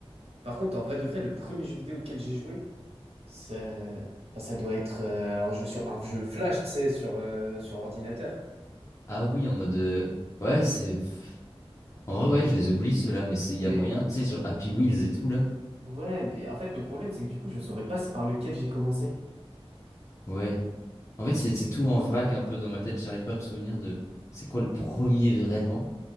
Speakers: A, on the right; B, on the left.
A: par contre, en vrai de vrai, le premier jeu vidéo auquel j'ai joué, ça, enfin, ça doit être euh, un jeu sur un jeu flash, tu sais, sur, euh, sur ordinateur.
B: Ah oui, en mode. euh, ouais, c'est. En vrai, ouais, je les oublie, ceux-là, mais c'est- il y
A: Mais
B: a moyen, tu sais, genre Happy Wheels et tout, là.
A: Ouais, mais en fait, le problème, c'est que du coup, je saurais pas par lequel j'ai commencé.
B: Ouais. En fait, c'est c'est tout en vrac un peu dans ma tête. J'arrive pas à me souvenir de c'est quoi le premier vraiment.